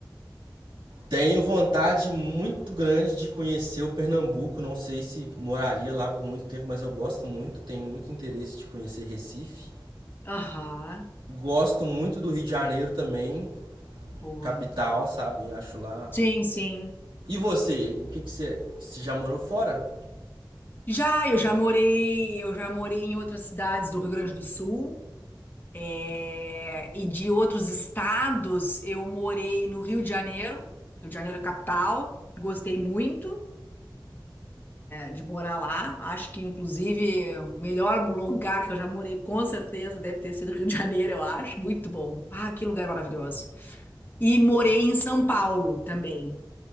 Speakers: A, on the right (about 85°); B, on the left (about 25°).
A: Tenho vontade muito grande de conhecer o Pernambuco. Não sei se moraria lá por muito tempo, mas eu gosto muito. Tenho muito interesse de conhecer Recife.
B: Aham,
A: Gosto muito do Rio de Janeiro também,
B: boa.
A: capital, sabe? Acho lá.
B: Sim, sim.
A: E você? O que, que você. Você já morou fora?
B: Já, eu já morei, eu já morei em outras cidades do Rio Grande do Sul, é, e de outros estados, eu morei no Rio de Janeiro, Rio de Janeiro capital, gostei muito. de morar lá. Acho que, inclusive, o melhor lugar que eu já morei, com certeza, deve ter sido Rio de Janeiro, eu acho. Muito bom. Ah, que lugar maravilhoso. E morei em São Paulo também.